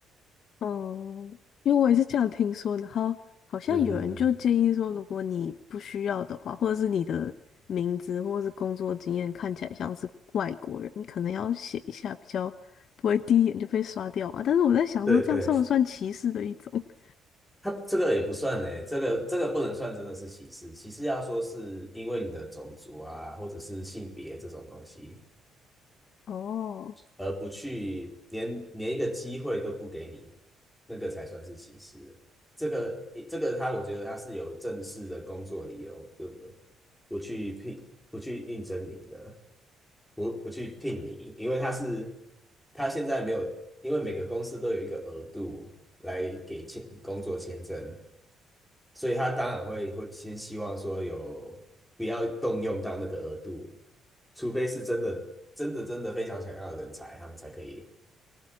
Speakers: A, on the left; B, in the centre.
A: <laughs> 哦，因为我也是这样听说，然后好像有人就建议说，
B: 嗯嗯嗯，
A: 如果你不需要的话，或者是你的名字或者是工作经验看起来像是外国人，你可能要写一下，比较不会第一眼就被刷掉啊。但是我在想说，
B: 对对，
A: 这样算不算歧视的一种？<laughs>
B: 他这个也不算诶，这个这个不能算真的是歧视，歧视要说是因为你的种族啊，或者是性别这种东西，
A: 哦，
B: 而不去连连一个机会都不给你，那个才算是歧视。这个这个他，我觉得他是有正式的工作理由，对不对不去聘不去应征你的，不不去聘你，因为他是他现在没有，因为每个公司都有一个额度来给签工作签证，所以他当然会会先希望说有不要动用到那个额度，除非是真的真的真的非常想要的人才，他们才可以